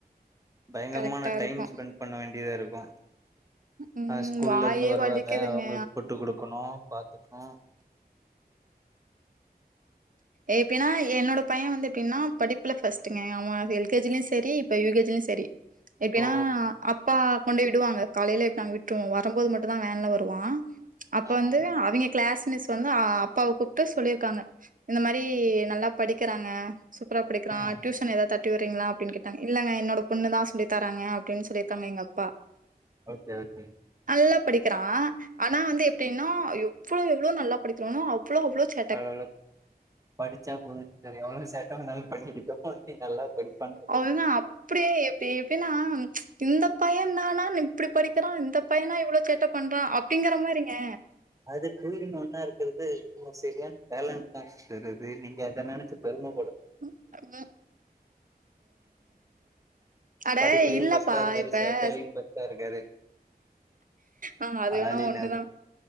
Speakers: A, on the right (about 20°); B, on the right (about 55°).
A: பயங்கரமான
B: கரெக்டா
A: டைம்
B: இருக்கும்
A: ஸ்பெண்ட் பண்ண வேண்டியதாருக்கு
B: ம்
A: அ ஸ்கூல்லருந்து
B: வாயே
A: வருவாங்க
B: வலிக்குதுங்க
A: அவுங்களுக்கு போட்டுக்குடுக்கணு பாத்துக்கணு
B: ஏப்டினா என்னோட பையே வந்து எப்டினா படிப்புல ஃபர்ஸ்ட்டுங்க அவே எல் கே ஜி லயு செரி இப் இப்ப யூ கே ஜி லயு செரி எப்டினா
A: ஓ
B: அப்பா கொண்டுபோய் விடுவாங்க காலைல எத்து நாங்க விட்ருவோ வரும்போது மட்டு தா வேன்ல வருவா அப்ப
A: ஆஹா.
B: வந்து அவைங்க க்ளாஸ் மிஸ் வந்து அப்பாவ கூப்டு சொல்லிருக்காங்க இந்த மாரி நல்லா படிக்கிறாங்க சூப்பரா படிக்கிறா
A: ம்
B: டியூஷன் ஏதாத்தட் கூட்டி விட்ரீங்களா அப்டின்னு கேட்டாங்க இல்லங்க என்னோட பொண்ணுதா சொல்லி தராங்க அப்டின்னு சொல்லிருக்காங்க எங்க அப்பா
A: ஓகே ஓகேங்
B: நல்லா படிக்கிறா ஆனா வந்து எப்டின்னா எவ்ளோ எவ்ளோ நல்லா படிக்ரானோ அவ்ளோ அவ்ளோ செ
A: அல்லல்லோ படிச்சா போது தோழி எவ்ளோ சேட்ட வேணுன்னாலு பண்ணிக்கிட்டோ எப்டியு நல்லா படிப்பான் தோழி
B: அவனா அப்டியே எப்பி எப்டின்னா இந்த பையன் தானா இப்டி படிக்கிறா இந்தப் பையனா இவ்ளோ சேட்ட பண்றா அப்டிங்கிற மாரிங்க
A: அது டூயின் ஒன்னா இருக்கிறது ஓ செரியான் பேலன்ஸ் தாட்ஸ் இருக்குது நீங்க அத நெனைச்சு பெரும படனு
B: ம் அதா அட
A: படிப்புலையு
B: இல்லப்பா
A: ஃபர்ஸ்ட்டா இருக்காரு
B: இப்ப
A: சேட்டையிலையு ஃபர்ஸ்ட்டா இருக்காரு
B: ஆ அது வேணா
A: ஆளின்
B: ஒண்ணுதா
A: ஆளு